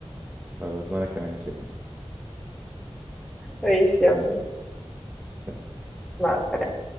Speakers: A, on the right; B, in the centre.
A: خلاص وانا كمان يا شباب
B: ماشي يا عبد
A: سلام
B: مع السلامه